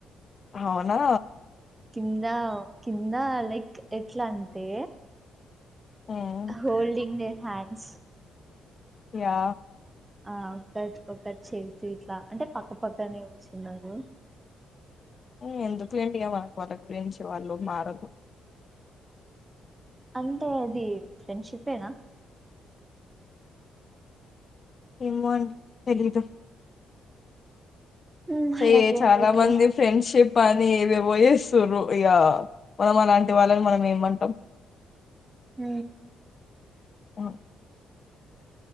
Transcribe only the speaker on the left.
అవునా
మ్మ్.
యా
ఊ ఎందుకు లేండి ఇగ వాల్ వాళ్ళ గురించి వాళ్ళు మారరు
ఏమో అండి తెలీదు
చే చాలా మంది ఫ్రెండ్షిప్ అని ఏవేవో యస్ తిను ఇగా మనం అలాంటి వాళ్ళని మనం ఏమంటాం
అఓ